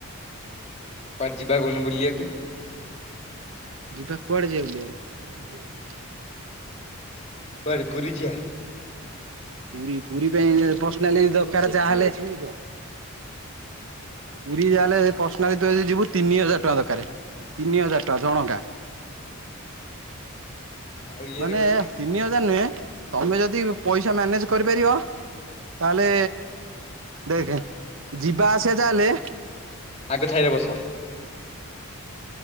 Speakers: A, on the left (about 30°); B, on the right (about 65°).
A: ଆଉ ପା ଯିବା କହୁନୁ ବୁଲିଆକୁ?
B: ଯିବା, କୁଆଡେ ଯିବା ବୁଲିବାକୁ?
A: କୁଆଡ଼େ ପୁରୀ ଯିବା?
B: ପୁରୀ, ପୁରୀ ପାଇଁ ଏ ପର୍ସନାଲି ଦରକାର ଯାହାହେଲେ ପୁରୀ ଯାହାହେଲେ ପର୍ସନାଲି ତୁ ଯଦି ଯିବୁ ତିନି ହଜାର ଟଙ୍କା ଦରକାର, ତିନି ହଜାର ଟଙ୍କା ଜଣକା।
A: ଆଉ ଇଏରେ
B: ମାନେ
A: ଗଲେ
B: ତିନି ହଜାର ନୁହେଁ, ତମେ ଯଦି ପଇସା ମ୍ୟାନେଜ୍ କରିପାରିବ ତାହେଲେ ଦେଖେ, ଯିବା ଆସିବା ଯାହେଲେ
A: ଆଗ ଛାଇରେ ବସ।